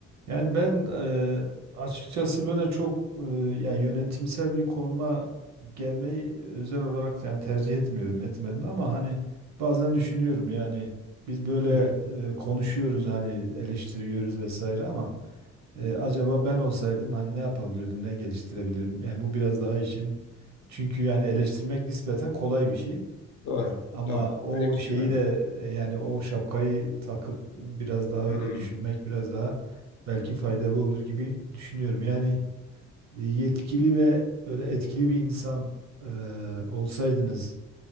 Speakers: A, on the right; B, on the left.
A: Yani ben eee, açıkçası böyle çok eee, ya yönetimsel bir konuma gelmeyi özel olarak yani tercih etmiyorum etmedim ama hani bazen düşünüyorum yani biz böyle
B: Hmm,
A: eee, konuşuyoruz hani eleştiriyoruz vesaire ama eee, acaba ben olsaydım hani ne yapabilirdim ne geliştirebilirim yani bu biraz daha işin çünkü yani eleştirmek nispeten kolay bir şey.
B: doğru.
A: Ama
B: Doğru.
A: o
B: Öyle bir şey
A: şeyi
B: var
A: de
B: zaten.
A: e, yani o şapkayı takıp biraz daha
B: Hmm,
A: öyle düşünmek biraz daha belki faydalı olur gibi düşünüyorum. Yani e, yetkili ve böyle etkili bir insan e, olsaydınız